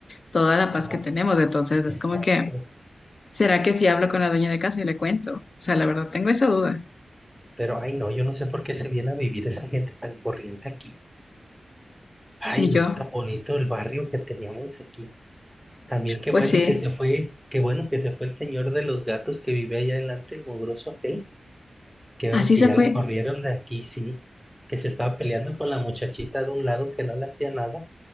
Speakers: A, on the left; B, in the centre.
A: toda la paz que
B: No,
A: tenemos. Entonces
B: exacto.
A: es como que, ¿será que si hablo con la dueña de casa y le cuento? O sea, la verdad tengo esa duda.
B: Pero, ay, no, yo no sé por qué se viene a vivir esa gente tan corriente aquí. Ay,
A: Ni
B: no,
A: yo.
B: tan bonito el barrio que teníamos aquí. También qué
A: Pues
B: bueno
A: sí,
B: que se fue, qué bueno que se fue el señor de los gatos que vive allá adelante, el mugroso aquel. Qué bueno
A: así
B: que
A: se
B: ya
A: fue.
B: lo corrieron de aquí, sí. Que se estaba peleando con la muchachita de un lado que no le hacía nada.